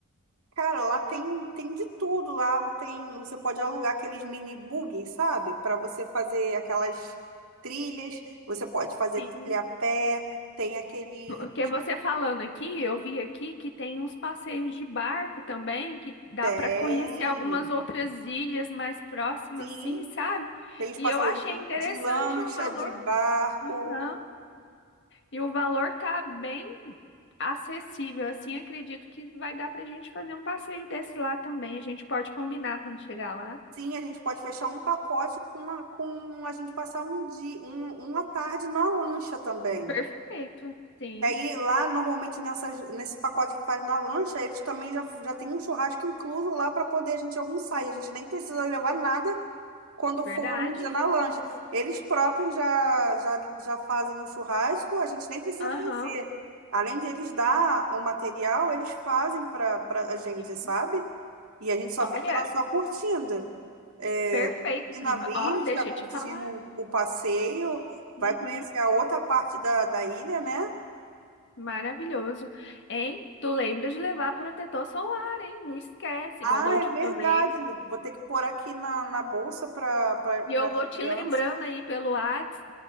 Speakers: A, on the right; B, on the left.
A: Cara, lá tem, tem de tudo. Lá tem, você pode alugar aqueles mini buggy, sabe? Para você fazer aquelas trilhas. Você pode fazer
B: Sim.
A: trilha a pé. Tem aquele,
B: Porque você falando aqui, eu vi aqui que tem uns passeios de barco também, que dá
A: tem,
B: para conhecer algumas outras ilhas mais próximas,
A: sim.
B: sim, sabe?
A: Tem os
B: E
A: passeios
B: eu achei interessante
A: de lancha,
B: o valor.
A: de barco.
B: Aham. E o valor tá bem acessível, assim, acredito que vai dar pra gente fazer um passeio desse lá também. A gente pode combinar quando chegar lá.
A: Sim, a gente pode fechar um pacote com, uma, com a gente passar um dia, um, uma tarde na lancha também.
B: Perfeito, sim,
A: E aí lá, normalmente, nessas, nesse pacote que faz na lancha, eles também já, já tem um churrasco incluso lá para poder a gente almoçar. E a gente nem precisa levar nada quando
B: verdade.
A: for no dia na lancha. Eles próprios já, já, já fazem o churrasco, a gente nem precisa
B: Aham.
A: fazer. Além de eles dar o material, eles fazem para para a gente,
B: Sim.
A: sabe? E a gente só
B: Olha,
A: fica lá só curtindo é,
B: perfeito,
A: curtindo
B: prima.
A: a vista,
B: Ó, deixa
A: curtindo
B: eu te falar.
A: o passeio,
B: Uhum.
A: vai conhecer a outra parte da, da ilha, né?
B: Maravilhoso. Hein? Tu lembra de levar protetor solar, hein? Não esquece,
A: Ah,
B: igual da última
A: é verdade.
B: vez.
A: Vou ter que pôr aqui na, na bolsa para para
B: E eu
A: as
B: vou
A: crianças.
B: te lembrando aí pelo Whats